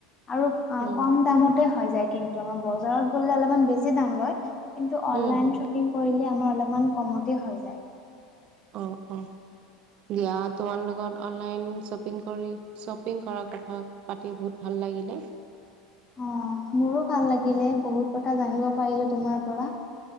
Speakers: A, on the left (about 30°); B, on the right (about 50°).
A: আৰু
B: উম
A: কম দামতে, হয় যায়, কিন্তু আমাৰ বজাৰত গলে অলপমান দাম লয়। কিন্তু অনলাইন
B: হম হম
A: শ্বপিং কৰিলে আমাৰ অলপমান কমতে হৈ যায়।
B: অ অ, দিয়া তোমাৰ লগত অনলাইন শ্বপিং কৰি শ্বপিং কৰাৰ কথা পাতি বহুত ভাল, লাগিলে।
A: অ' মোৰো ভাল লাগিলে বহুত কথা জানিব পাৰিলো তোমাৰ পৰা।